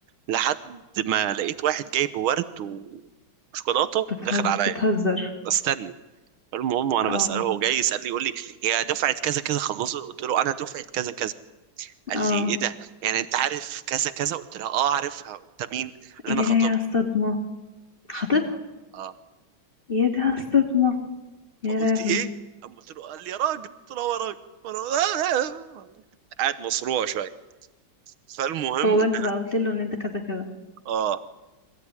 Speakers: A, on the right; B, on the left.
A: لحد ما لقيت واحد جايب ورد وشوكولاته
B: بتهزر
A: داخل عليا
B: بتهزر
A: استني فالمهم وانا
B: اه
A: بساله هو جاي يسالني يقول لي هي دفعه كذا كذا خلصت قلت له انا دفعه كذا كذا قال
B: اه
A: لي ايه ده يعني انت عارف كذا كذا قلت له اه عارفها انت مين قال لي
B: يا
A: انا خطيبها
B: يا الصدمة خطيبها
A: اه
B: يا ده على الصدمة يا
A: فقلت
B: لهوي
A: ايه قام قلت له قال لي يا راجل قلت له يا راجل فأنا- قاعد مصروع شويه فالمهم
B: هو بقى
A: ان
B: انت بقى قلت له ان انت كذا كذا
A: اه